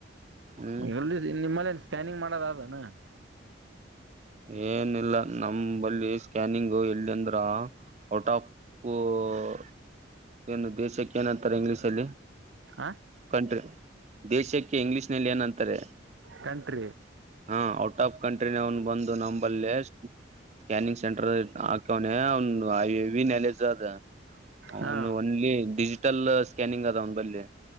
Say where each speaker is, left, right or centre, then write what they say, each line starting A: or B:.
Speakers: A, on the right; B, on the right.
A: ಹ್ಮ್
B: ಎಲ್ಲಿದ್ ನಿಮ್ಮಲ್ಲಿ ನ್ ಸ್ಕ್ಯಾನಿಂಗ್ ಮಾಡದನಾ
A: ಏನಿಲ್ಲ ನಮಂಳಿ ಸ್ಕ್ಯಾನಿಂಗ್ ಎಲ್ಲಿಂದ್ರ ಔಟ್ ಆಫ್ <unintelligible> ಏನು ದೇಶಕ್ಕೆ ಏನಂತಾರೆ ಇಂಗ್ಲಿೀಷ್ ಅಲ್ಲಿ <inaudible>
B: ಹ
A: ಕಂಟ್ರಿ ದೇಶಕ್ಕೆ ಕೆಇಂಗ್ಷ್ ನಲ್ಲಿ ಏನ್ಂತಾರೆ
B: ಕಂಟ್ರಿ
A: <unintelligible> ಹ ಔಟ್ ಆಫ್ ಕಂಟ್ ನ ಅವನ್ ಬಂದು ನಂಬಲ್ಲಿ <unintelligible> ಸ್ಕ್ಯಾನಿಂಗ್ ಸೆಂಟರ್ ಹಾಕ್ಯವನ ಅವನು ಹೆವಿ ನೆಲಜ ಅದ ಅವನು
B: ಹಾ
A: ಒನ್ಲಿ ಡಿಜಿಟಲ್ ಸ್ಕ್ಯಾನಿಂಗ್ ಅದ ಅವನ ಬಲ್ಲಿಿ